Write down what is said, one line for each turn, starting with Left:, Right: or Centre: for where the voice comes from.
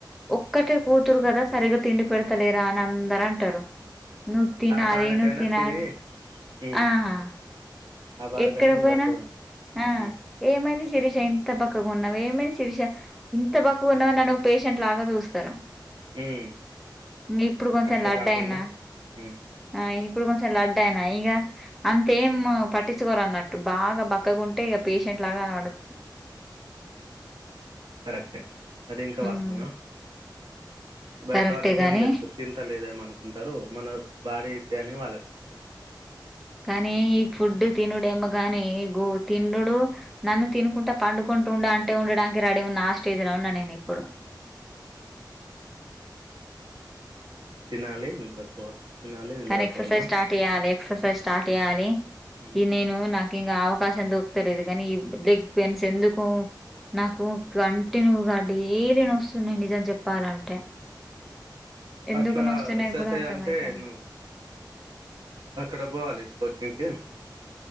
Centre: ఒక్కటే కూతురు గాద, సరిగ్గా తిండి పెడ్త్. తలేరా అని అందర్ అంటారు. నూ తినాలి,
Right: ఆ బాధకైనా
Centre: ను తినాలి
Right: తిని
Centre: అంట్.
Right: ఉమ్
Centre: ఆహా.
Right: ఆ బాధకన్నా
Centre: ఎక్కడ పోయినా
Right: లడ్డు అని
Centre: ఆ
Right: ఉమ్
Centre: ఏమైంది. శిరీష ఇంత బక్కగా ఉన్నావు, ఏమైంది శిరీష, ఇంత బక్కగా ఉన్నావు అని, నన్ను ఓ పేషెంట్ లాగా చూస్తారు.
Right: ఉమ్
Centre: ఇంగ్ ఇప్పుడు కొంచెం
Right: అట్లా
Centre: లడ్డైనా,
Right: కాకుండా ఉమ్
Centre: ఆ ఇప్. ఇప్పుడు కొంచెం లడ్డైనా ఇగా, అంతేం పట్టిచ్. చ్చుకోరు అన్నట్టు. బాగా బక్కగుంటే ఇగా పేషెంట్ లాగా గానపడత్.
Right: కరెక్టే. అది ఇంకా
Centre: హ్మ్.
Right: వాస్థాద. బయట
Centre: కరెక్టే
Right: వాళ్ళకి
Centre: గాని
Right: ఏం తెలుసు, తింటలేదేమో అనుకుంటారు. మన బాడీ కాని వాళ్ళక్ తెల్వదు.
Centre: కానీ ఈ ఫుడ్ తినుడేమో గాని, గో తింన్నుడు నన్ను తినుకుంట, పండుకుంటు ఉండు అంటే, ఉండడానికి రడీ ఉన్న, ఆ స్టేజ్ లో ఉన్నా నేను ఇప్పుడు.
Right: తినాలి, నిద్రపోవాలి. తినాలి నిద్రపోవాలి
Centre: కానీ ఎక్సర్సైజ్ స్టార్ట్ చేయలే. ఎక్సర్సజ్ స్టార్ట్ చేయాలి.
Right: ఉమ్.
Centre: ఈ నేను నాక్. తినే అవకాశం దొరుకుతలేదు గని, ఈ లెగ్ పెయిన్స్ ఎందుకు, నాకు కంటిన్యూ గా డేలీ నోస్. కొన్ని నిజం చెప్పాలంటే. ఎందుకు
Right: అట్లా,
Centre: నొస్తున్నాయో
Right: ఎక్సర్సైజ్
Centre: కూడా అర్థమైతలే.
Right: అంటే ను. అక్కడ బోవాలి, కోచింగ్కి.